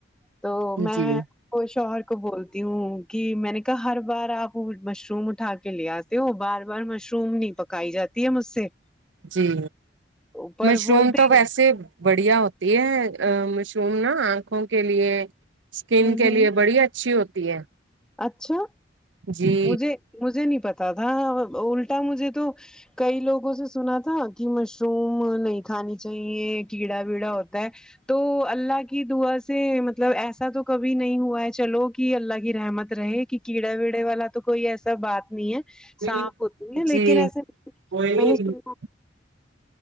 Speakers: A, in the centre; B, on the right (about 80°).
A: تو میں
B: جی
A: تو شوہر کو بولتی ہوں کہ میں نے کہا ہر بار آپ مشروم اٹھا کے لے آتے ہو بار بار مشروم نہیں پکائی جاتی ہے مجھ سے
B: جی
A: اوپر
B: مشروم
A: بولتے
B: تو ویسے بڑھیا ہوتی ہے مشروم نا آنکھوں کے لیے اسکن
A: ہ
B: کے
A: ہ
B: لیے بڑی اچھی ہوتی ہے
A: اچھا
B: جی
A: مجھے مجھے نہیں پتا تھا الٹا مجھے تو کئی لوگوں سے سنا تھا کہ مشروم نہیں کھانی چاہیے کیڑا ویڈا ہوتا ہے تو اللہ کی دعا سے مطلب ایسا تو کبھی نہیں ہوا ہے چلو کہ اللہ کی رحمت رہے کہ کیڑے ویڑے والا تو کوئی ایسا بات نہیں ہے
B: جی
A: صاف ہوتے ہیں
B: جی
A: لیکن ایسے
B: جی
A: میں نے سنا